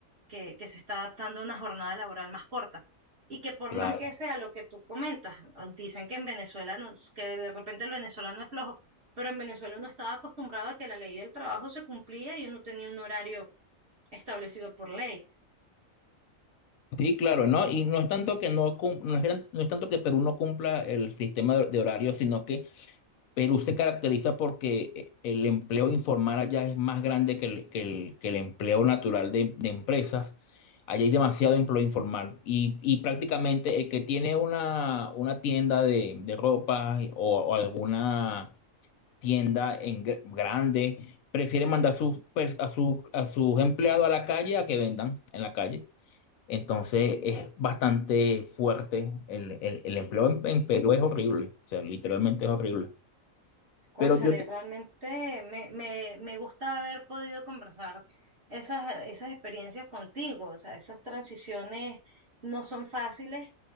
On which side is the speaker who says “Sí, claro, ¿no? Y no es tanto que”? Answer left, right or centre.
Left